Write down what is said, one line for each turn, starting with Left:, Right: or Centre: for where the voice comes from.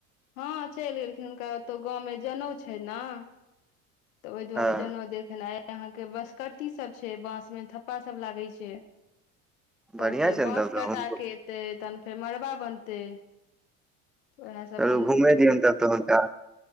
Left: हँ चलि गेलखिन हुनका ओतौ गाँवमे जनउ छै ने तऽ ओहि दुआरे
Centre: हँ
Left: जनेउ देखन आ अहाँ के बसकती सब छै बास मे थप्पा सब लागे छै तन
Centre: बढ़िया
Left: फेर
Centre: छनि
Left: बाँस
Centre: तब तऽ
Left: कटा
Centre: हुनको
Left: केे एतै तहन फेर मड़बा बनतै ओह
Centre: चलू
Left: सब बनतेे
Centre: घुमे दियौन
Left: तऽ
Centre: तब हुनका